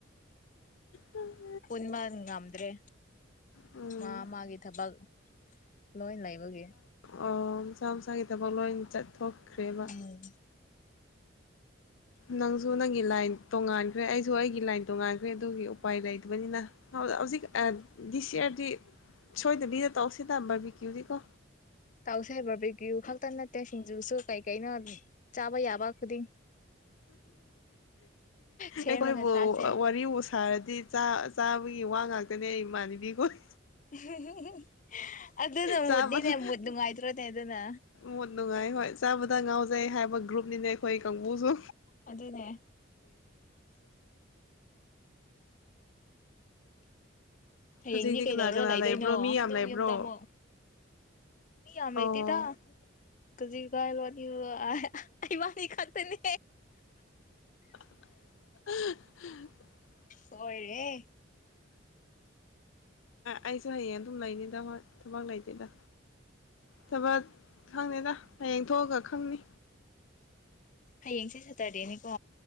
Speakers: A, on the left (about 85°); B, on the left (about 40°).
A: ꯎꯝ <unintelligible>
B: ꯄꯨꯟꯕꯥ ꯉꯝꯗ꯭ꯔꯦ
A: ꯎꯝ
B: ꯃꯥꯃꯥꯒꯤ ꯊꯕꯛ ꯂꯣꯏ ꯂꯩꯕꯒꯤ
A: ꯑꯧ ꯃꯁꯥ-ꯃꯁꯥꯒꯤ ꯊꯕꯛ ꯂꯣꯏ ꯆꯠ ꯊꯣꯛꯈ꯭ꯔꯦꯕ
B: ꯎꯝ
A: ꯅꯪꯁꯨ ꯅꯪꯒꯤ ꯂꯥꯏꯟ ꯇꯣꯡꯉꯥꯟꯈ꯭ꯔꯦ ꯑꯩꯁꯨ ꯑꯩꯒꯤ ꯂꯥꯏꯟ ꯇꯣꯡꯉꯥꯟꯈ꯭ꯔꯦ ꯑꯗꯨꯒꯤ ꯎꯄꯥꯏ ꯂꯩꯇꯕꯅꯤꯅ ꯍꯧꯖꯤꯛ ꯗꯤꯁ ꯌꯔꯗꯤ ꯁꯣꯏꯗꯕꯤꯗ ꯇꯧꯁꯤꯗ ꯕꯥꯔꯕꯦꯀ꯭ꯌꯨꯗꯤ ꯀꯣ
B: ꯇꯥꯎꯁꯦꯕ ꯄꯕꯤꯒ꯭ꯌꯨ ꯈꯛꯇ ꯅꯠꯇꯦ ꯁꯤꯡꯖꯨꯁꯨ ꯀꯩ ꯀꯩꯅꯣ ꯆꯥꯕ ꯌꯥꯕ ꯈꯨꯗꯤꯡ ꯁꯦꯝꯃꯒ
A: ꯑꯩꯈꯣꯏꯕꯨ
B: ꯆꯥꯁꯦ
A: ꯋꯥꯔꯤꯕꯨ ꯁꯥꯔꯗꯤ ꯆꯥꯕꯒꯤ ꯋꯥ ꯉꯥꯛꯇꯅꯦ ꯑꯩ ꯏꯃꯥꯟꯅꯕꯤꯈꯣꯏ
B: ꯍꯦ ꯍꯦ ꯍꯦ ꯑꯗꯨ ꯅ
A: ꯆꯥꯕꯗ
B: ꯃꯗꯅꯦ ꯃ ꯉꯥꯏꯇ꯭ꯔꯣꯅꯦ ꯑꯗꯨꯅ
A: ꯃꯣꯠ ꯅꯨꯡꯉꯥꯏ ꯍꯣꯏ ꯆꯥꯕꯗ ꯉꯥꯎꯖꯩ ꯍꯥꯏꯕ ꯒ꯭ꯔꯨꯞꯅꯤꯅꯦ ꯑꯩꯈꯣꯏ ꯀꯥꯡꯕꯨꯁꯨ
B: ꯑꯗꯨꯗꯅꯦ ꯍꯌꯦꯡꯗꯤ
A: ꯍꯧꯖꯤꯛꯇꯤ
B: ꯀꯩꯗꯧꯔꯒ
A: ꯀꯅꯥ ꯀꯅꯥ
B: ꯂꯩꯗꯣꯏꯅꯣ
A: ꯂꯩꯕ꯭ꯔꯣ ꯃꯤ
B: ꯑꯗꯨꯝ
A: ꯌꯥꯝ ꯂꯩꯕ꯭ꯔꯣ
B: ꯌꯨꯝꯗ ꯑꯃꯨꯛ ꯃꯤ ꯌꯥꯝꯃꯩꯇꯗ
A: ꯑꯣ
B: ꯑꯗꯨꯖꯤ ꯀꯥꯏ ꯂꯣꯅꯤ ꯑꯩ ꯃꯥꯅꯤ ꯈꯠꯇꯅꯦ
A: <inaudible>
B: ꯍꯣꯏꯔꯦ
A: ꯑꯩꯁꯨ ꯍꯌꯦꯡ ꯑꯗꯨꯝ ꯂꯩꯅꯤꯗ ꯍꯣꯏ ꯊꯕꯛ ꯂꯩꯇꯦꯗ ꯊꯕꯛ ꯈꯪꯅꯤꯗ ꯍꯌꯦꯡ ꯊꯣꯛꯑꯒ ꯈꯪꯅꯤ
B: ꯍꯌꯦꯡꯁꯦ ꯁꯦꯇꯔꯗꯦꯅꯤꯀꯣ